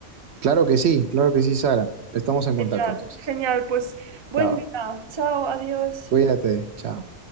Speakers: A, on the right; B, on the right.
A: Claro que sí, claro que sí, Sara. Estamos en contacto
B: Genial,
A: entonces.
B: genial, pues buen
A: Chao.
B: día, chao, adiós.
A: Cuídate, chao.